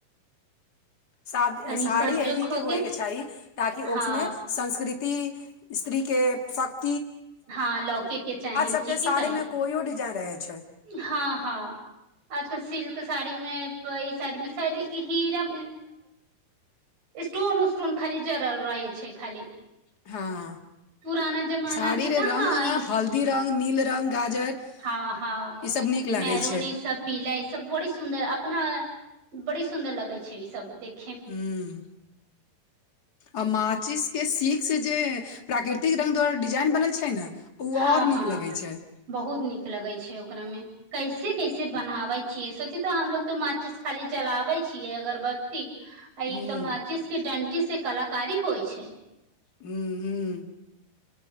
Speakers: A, on the left; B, on the right.
A: साड़ी
B: तनी सजग
A: एहिे
B: होके
A: होयके चाही ताकि
B: हँ
A: उसमे संस्कृति ती स्त्री के शख्त
B: हँ लौके के चाही
A: सबके
B: ठीके
A: साड़ीमे
B: कही
A: कोइयो डिजाइन रहै छै
B: हँ हँ आजकल सिल्क साड़ी मे साडिमे सल हीरा स्टोन उस्टोन खाली जरल रहै छै खाली
A: हँ
B: पुराना जमाना
A: साड़ी
B: के
A: रे
B: कहाँ
A: रंग
B: अइस
A: ने हल्दी रंग नील रंग गाजर
B: हँ हँ
A: ई सब नीक लागै
B: मैहरून
A: छै
B: ई सब पीला ई सब बड़ी सुन्दर अपना बड़ी सुन्दर लगै छै ई सब देख
A: हुं आ माचिसके सीख से जे प्राकृतिक रंग द्वारा डी जाइन बनल छै ने ओ
B: हँ
A: आऔर नीक
B: हँ
A: लगै छै
B: बहुत नीक लगै छै ओकरा मे कैसे कैसे बनाबे छियै सोचे तो हमलोग तो माचिस खाली जलाबे छियै अगरबत्ती अइ
A: हूँ
B: तऽ माचिसके डंटी से कलाकारी होइ छै
A: हुं हुं